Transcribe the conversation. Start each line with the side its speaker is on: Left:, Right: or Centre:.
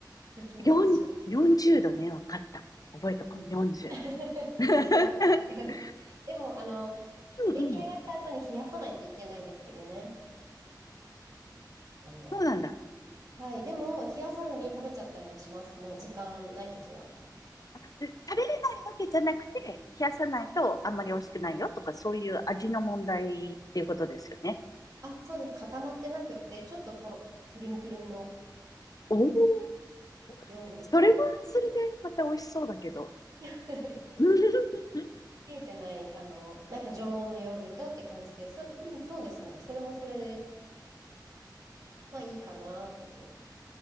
Right: できますし。
Left: 4、40度ね、わかった。覚えとこう、
Right: うん。
Left: 40。
Right: <laughs>
Left: <laughs>
Right: そう。でも、あの、出来上がった後に冷やさないといけないですけどね。
Left: うんうん。
Right: あの、
Left: そうなんだ。
Right: はい。でも、冷やさずに食べちゃったりもします。もう時間ないときは。
Left: 食べれないわけじゃなくて、冷やさないとあんまり美味しくないよとか、そういう味の問題っていうことですよね。
Right: あ、そうです。固まってなくって、ちょっととろ、トゥルントゥルンの。
Left: おお、
Right: ヨーグルト
Left: それはそれでまた美味しそうだけど、
Right: <laughs>
Left: <laughs> 冷
Right: 冷えてない、あの、なんか常温のヨーグルトって感じで、そ、うん、そうですね。それもそれで、まあいいかなっていう。